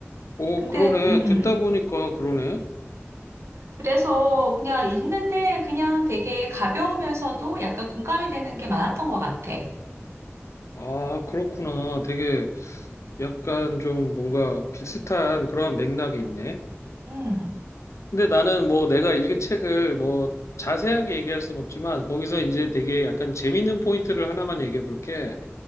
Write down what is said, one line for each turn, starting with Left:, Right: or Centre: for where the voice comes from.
Left: 오,
Right: 근데
Left: 그러네.
Right: 음
Left: 듣다 보니까 그러네.
Right: 그래서 그냥 읽는데 그냥 되게 가벼우면서도 약간 공감이 되는 게 많았던 것 같아.
Left: 아, 그렇구나. 되게 약간 좀 뭔가 비슷한 그런 맥락이 있네.
Right: 음,
Left: 근데 나는 뭐 내가 읽은 책을 뭐 자세하게 얘기할 순 없지만 거기서 이제 되게 약간 재밌는 포인트를 하나만 얘기해 볼게.